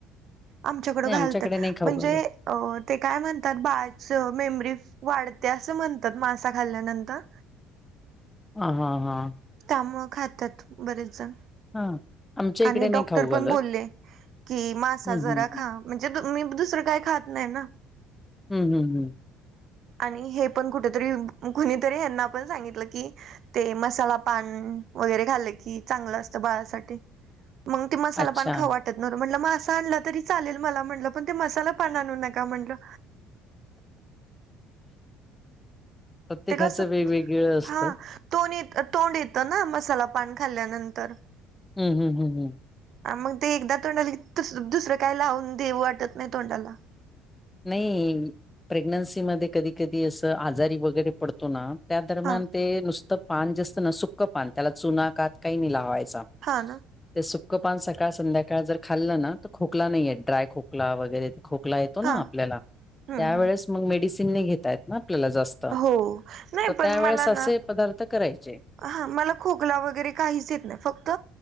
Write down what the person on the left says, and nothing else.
नाही
आमच्याकडे नाही खाऊ
घालत.
ह हां हां
हा आमच्या इकडे
नाही
खाऊ घालत.
हम्म
हम्म
हम् हम्म हम
अच्छा.
प्रत्येकाचं
वेगवेगळ असतं
हम् हम हम हम
नाही प्रेग्नन्सी मध्ये कधी कधी असं आजारी वगैरे पडतो ना त्या दरम्यान
ते नुसतं पान जे असतं ना सुकं पान त्याला चुना कात काही नाही लावायचा.
ते सुक्क पान सकाळ संध्याकाळ जर खाल्लं ना तर खोकला नाहीयेत ड्राय खोकला वगैरे खोकला येतो ना
आपल्याला
त्या वेळेस मग मेडिसिन नाई घेता येत ना आपल्याला जास्त
तर
त्यावेेळेस
असे
पदार्थ करायचे.